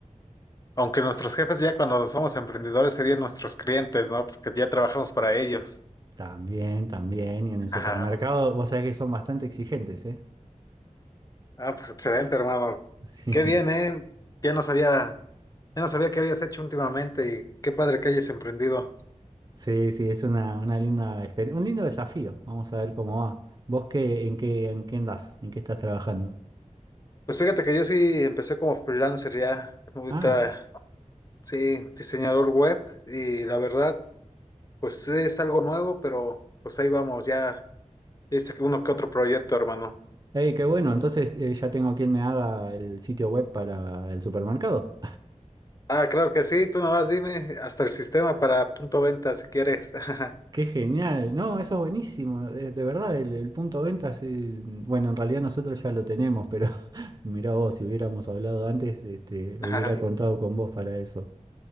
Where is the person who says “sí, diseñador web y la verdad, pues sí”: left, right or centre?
Left